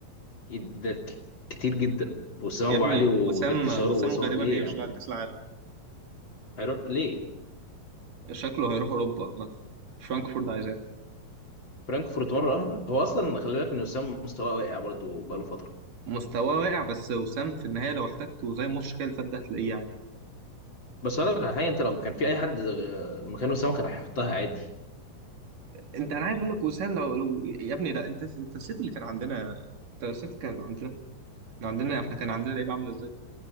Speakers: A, on the left (about 35°); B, on the right (about 70°).
A: أكيد ده ك- كتير جدا وسام
B: يا
A: ابو
B: ابني
A: علي وجردشار
B: وسام وسام
A: وسام
B: غالبا
A: ليه
B: هيمشي
A: يا عم؟
B: بعد كاس العالم
A: هيروح ليه؟
B: شكله هيروح اوروبا مثلا فرانكفورت عايزاه
A: فرانكفورت مره واحده هو اصلا خلي بالك ان وسام مستواه واقع برضه بقاله فتره
B: مستواه واقع بس وسام في النهايه لو احتاجته زي الماتش كده اللي فات ده هتلاقيه عادي
A: بس انا الحقيقه انت لو كان في اي حد مكان وسام كان هيحطها عادي
B: انت انا عايز اقول لك وسام لو, لو يا ابني لا انت انت نسيت اللي كان عندنا انت نسيت كان عندنا كان عندنا احنا كان عندنا لعيب عامل ازاي